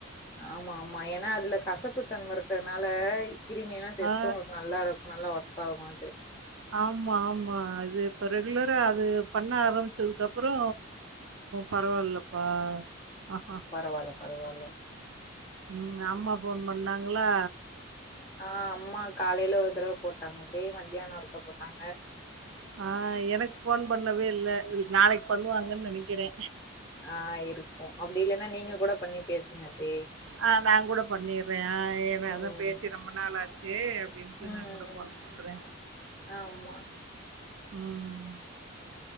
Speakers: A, on the left (about 15°); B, on the right (about 75°).
A: ஆமா ஆமா ஏன்னா அதுல கசப்பு தன்ம இருக்கறனால கிருமியெல்லா சேத்து
B: ஆ
A: உங்களுக்கு நல்லா இருக் நல்லா ஒர்க் ஆகு அது
B: ஆமா ஆமா அது இப்ப ரெகுலரா அது பண்ண ஆரம்பிச்சதுக்கு அப்பறோ பரவாயில்லப்பா ஆ
A: பரவால பரவால
B: ம் அம்மா ஃபோன் பண்ணாங்களா
A: ஆ அம்மா காலயில ஒரு தடவ போட்டாங்கத்தே மத்தியான ஒருக்க போட்டாங்க
B: ஆ எனக்கு ஃபோன் பண்ணவே இல்ல நாளைக்கு பண்ணுவாங்கன்னு நனைக்கிறே
A: ஆ இருக்கு அப்டி இல்லன்னா நீங்க கூட பண்ணி பேசுங்கத்தே
B: ஆ நா கூட பண்ணிடுறே ஆ ஏனா அதா
A: ம்
B: பேசி ரொம்ப நாள் ஆச்சு அப்டின்ட்டு
A: ம்
B: நா கூட போண்ணறே
A: ஆமா
B: ம்